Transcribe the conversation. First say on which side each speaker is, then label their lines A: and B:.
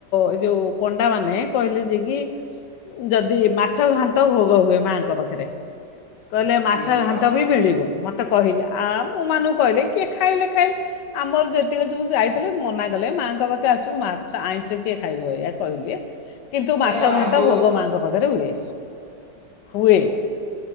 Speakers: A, on the left; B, on the left.
A: ଏ ଯଉ ପଣ୍ଡା ମ କହିଲେ ଯେ କି ଯଦି ମାଛ ଘାଣ୍ଟ ଭୋଗ ହୁଏ ମାଆଙ୍କ ପାଖରେ କହିଲେ ମାଛ
B: ଏଇ ବାବା
A: ଘାଣ୍ଟ ବି ମିଳିବ ମତେ କହିଲେ ଆମ୍ ମୁଁ ଏମାନଙ୍କୁ କହିଲି କିଏ ଖାଇଲେ ଖାଇଲେ ଆମର ଯେତିକି ଯବୁ ଯାଇଥିଲେ ମନା କଲେ ମାଆଙ୍କ ପାଖରେ ଆସିବ ମାଛ ଆଇଁଷିରେ କିଏ ଖାଇବ ଏଇ କହିଲେ। କିନ୍ତୁ
B: ନାଇଁ
A: ମାଛ
B: ଆଇଁଷ
A: ଘାଣ୍ଟ ଭୋଗ ମାଙ୍କ ପାଖରେ ହୁଏ ହୁଏ।